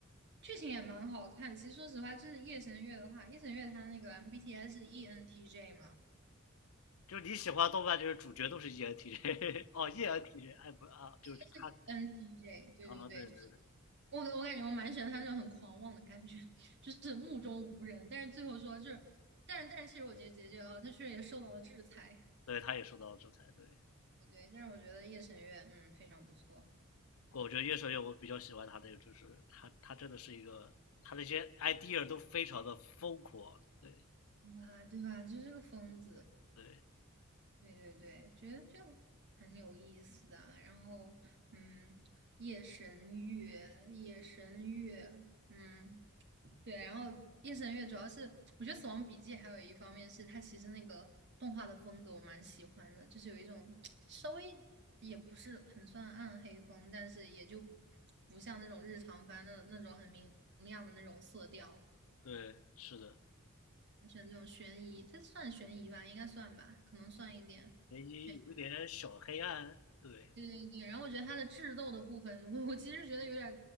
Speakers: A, on the right (about 55°); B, on the left (about 75°).
A: 剧情也蛮好看。其实说实话，就是夜神月的话，夜神月它那个 MBTI 是 ENTJ 嘛，
B: 就是你喜欢动漫，就是主角都是 ENTJ <laughs> 哦，ENTJ 哎不啊，
A: 就是
B: 就是他
A: ENTJ，对对对，
B: 啊，对对对，
A: 我我感觉我蛮喜欢他这种很狂妄的感觉，<laughs> 就是目中无人，但是最后说就是，但是但是其实我觉得结局哈，他确实也受到了制裁，
B: 对他也受到了制裁。对，
A: 对对，但是我觉得夜神月嗯非常不错，
B: 我觉得夜神月我比较喜欢他的，就是他他真的是一个，他那些 idea 都非常的疯狂。对
A: 对吧？对吧？就是这个疯子。
B: 对
A: 对对对，觉得就很有意思的啊。然后，嗯，夜神月，夜神月，嗯，对。然后夜神月主要是，我觉得《死亡笔记》还有一方面是它其实那个动画的风格我蛮喜欢的，就是有一种稍微也不是很算暗黑风，但是也就不像那种日常番的那种很明亮的那种色调，
B: 对，是的，
A: 选这种悬疑，它算悬疑吧，应该算吧，可能算一点。
B: 也谊有一点小黑暗。
A: 悬。
B: 对
A: 对对对，然后我觉得他的智斗的部分，我我其实觉得有点